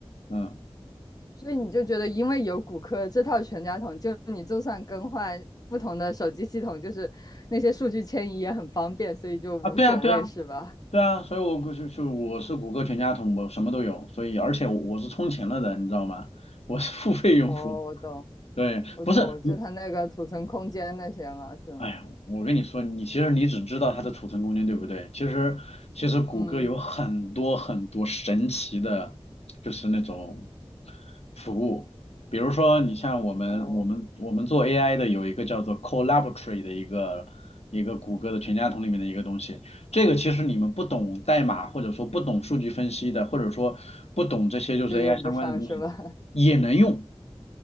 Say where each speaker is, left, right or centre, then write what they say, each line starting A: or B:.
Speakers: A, on the left; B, on the left.
A: 嗯。
B: 所以你就觉得因为有骨科这套全家桶，就你就算更换不同的手机系统，就是那些数据迁移也很方便，所以就无所谓是吧？
A: 啊，对啊，对啊，对啊，所以我就是就我是谷歌全家桶，我什么都有，所以而且我是充钱了的，你知道吗？我是付费用户。
B: 哦，我懂，
A: 对，
B: 我懂，
A: 不是，
B: 就它那个储存空间那些嘛，是吗？
A: 哎呀，我跟你说，你其实你只知道它的储存空间，对不对？其实其实谷歌有很多很多神奇的，
B: 嗯。
A: 就是那种服务，比如说你像我们我们我们做
B: 哦，
A: AI 的有一个叫做 Collaboratory 的一个一个谷歌的全家桶里面的一个东西，这个其实你们不懂代码或者说不懂数据分析的，或者说不懂这些就是
B: 就用不上是吧？
A: AI 相关的东西也能用。
B: <laughs>